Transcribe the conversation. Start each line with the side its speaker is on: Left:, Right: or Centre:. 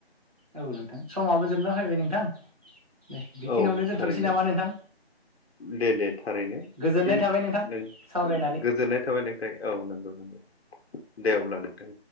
Right: औ नोंथां समाबो जोबना फैबाय नोंथां दे बिखिनियावनो
Left: औ
Right: दोनथ'नोसै
Left: थारैनो
Right: नामा नोंथां?
Left: दे दे थारैनो
Right: गोजोननाय
Left: फिन
Right: थाबाय नोंथां
Left: नों
Right: सावरायनानै
Left: गोजोननाय थाबाय नोंखाय औ नों दे अब्ला नोंथां।